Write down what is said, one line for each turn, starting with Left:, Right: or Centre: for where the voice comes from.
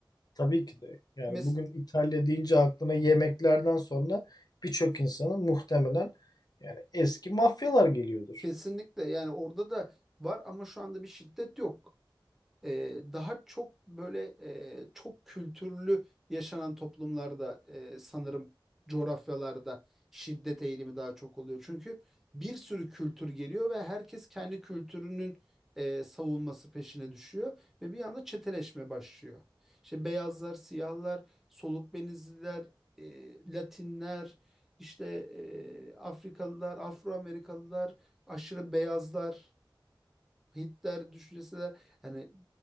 Left: Tabii ki de. Yani
Centre: Mes
Left: bugün İtalya deyince aklına yemeklerden sonra birçok insanın muhtemelen yani eski mafyalar geliyordur.
Centre: kesinlikle yani orada da var ama şu anda bir şiddet yok. E, daha çok böyle e, çok kültürlü yaşanan toplumlarda e, sanırım coğrafyalarda şiddet eğilimi daha çok oluyor. Çünkü bir sürü kültür geliyor ve herkes kendi kültürünün e, savunması peşine düşüyor ve bir anda çeteleşme başlıyor. İşte beyazlar, siyahlar, soluk benizliler, e, Latinler, işte e, Afrikalılar, Afro Amerikalılar, aşırı beyazlar, Hitler düşüncesi de yani